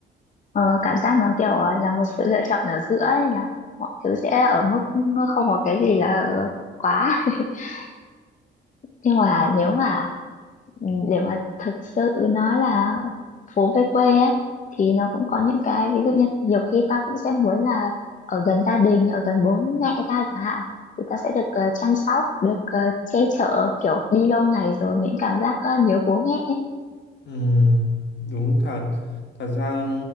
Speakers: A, on the left; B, on the left.
A: ờ, cảm giác nó kiểu là một sự lựa chọn ở giữa ấy nhỉ mọi thứ sẽ ở mức không có cái gì là quá <laughs> nhưng mà nếu mà Ừ, để mà thực sự nói là phố về quê ấy, thì nó cũng có những cái ví dụ như nhiều khi tao cũng sẽ muốn là ở gần gia đình ở gần bố mẹ tao chẳng hạn thì tao sẽ được ờ, chăm sóc được ờ, che chở kiểu đi lâu ngày rồi những cảm giác ờ, nhớ bố mẹ ấy
B: ừ, đúng thật thật ra